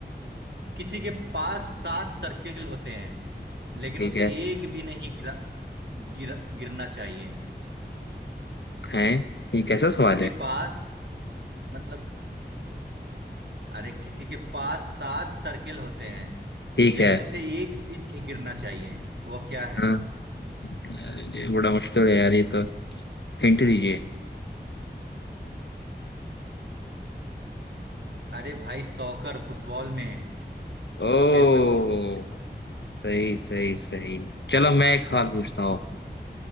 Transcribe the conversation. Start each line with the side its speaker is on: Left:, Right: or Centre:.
Right: किसी के पास सात सर्किल होते हैं लेकिन
Left: ठीक
Right: उसे
Left: है
Right: एक भी नहीं गिरा गिर, गिरना चाहिए
Left: हैं ये कैसा सवाल
Right: किसी के
Left: है
Right: पास मतलब अरे किसी के पास सात सर्किल होते हैं
Left: ठीक
Right: लेकिन
Left: है
Right: उसे एक भी नहीं गिरना चाहिए वह क्या है
Left: हाँ। अरे ये बड़ा मुश्किल है यार ये तो हिंट दीजिए
Right: अरे भाई सॉकर फुटबॉल में है
Left: ओ
Right: जो खेल में गोल्स होते हैं
Left: सही सही सही चलो मैं एक सवाल पूछता हूँ